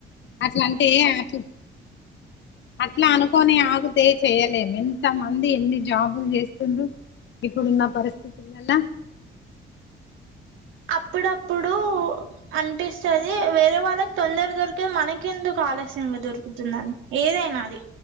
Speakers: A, on the left; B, on the right.
A: అట్లా అంటే అట్లా అట్లా అనుకోని ఆగితే చేయలేము ఇంతమంది ఎన్ని జాబులు చేస్తుండ్ర ఇప్పుడున్న పరిస్థితులలా
B: అప్పుడప్పుడు అనిపిస్తుది వేరే వాళ్ళకి తొందర దొరికేది మనకెందుకు ఆలస్యంగా దొరుకుతుందని ఏదైనా అది